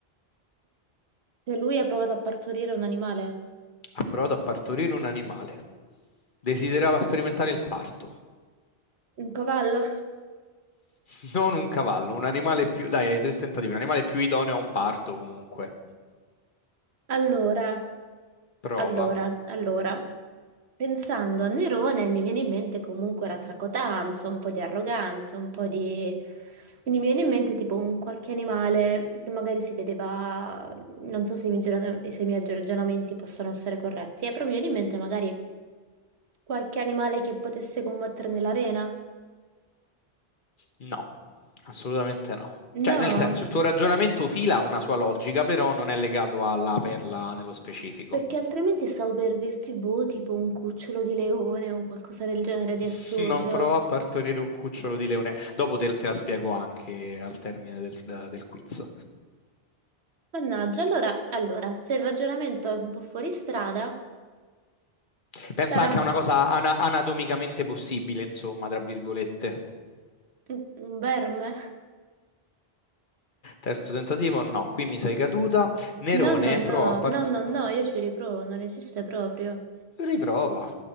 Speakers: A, on the right (about 80°); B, on the left (about 50°).
A: Cioè, lui ha provato a partorire un animale,
B: Ha provato a partorire un animale. Desiderava sperimentare il parto.
A: un cavallo.
B: <laughs> Non un cavallo, un animale più... Dai, hai tre tentativi. Un animale più idoneo a un parto comunque.
A: Allora,
B: Prova.
A: allora, allora, pensando a Nerone mi viene in mente comunque la tracotanza, un po' di arroganza, un po' di... Quindi mi viene in mente tipo un qualche animale che magari si vedeva, non so se i miei, gira- se i miei ragionamenti possono essere corretti, eh, però mi viene in mente magari qualche animale che potesse combattere nell'arena.
B: No, assolutamente no. Cioè,
A: No.
B: nel senso, il tuo ragionamento fila ha una sua logica, però non è legato alla perla nello specifico.
A: Perché altrimenti stavo per dirti, boh, tipo un cucciolo di leone o un qualcosa del genere
B: <laughs>
A: di assurdo.
B: Non provò a partorire un cucciolo di leone. Dopo te, te la spiego anche al termine del, del quiz.
A: Mannaggia, allora, allora, se il ragionamento è un po' fuori strada,
B: Pensa
A: sarà
B: anche a una cosa ana- anatomicamente possibile, insomma, tra virgolette.
A: un un verme?
B: Terzo tentativo, no, qui mi sei caduta. Nerone
A: No, no,
B: provò
A: no,
B: a part-
A: no, no, no, io ci riprovo, non esiste proprio.
B: Riprova.